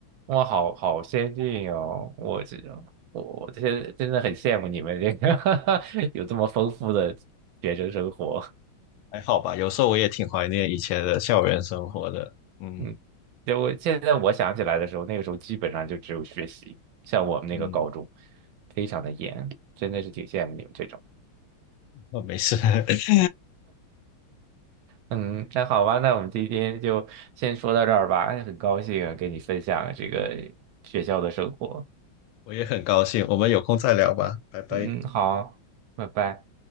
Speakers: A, on the right; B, on the left.
A: 哇，好好先进哦！我这我我这些真的很羡慕你们这个 <laughs> 有这么丰富的学生生活。
B: 还好吧，有时候我也挺怀念以前的校园生活的。嗯
A: 嗯，就我现在我想起来的时候，那个时候基本上就只有学习，像我们那个高中
B: 嗯，
A: 非常的严，真的是挺羡慕你们这种。
B: 哦，没事，<laughs>
A: 嗯，那好吧，那我们今天就先说到这儿吧。哎，很高兴啊跟你分享这个学校的生活。
B: 我也很高兴。我们有空再聊吧，拜拜。
A: 嗯，好，拜拜。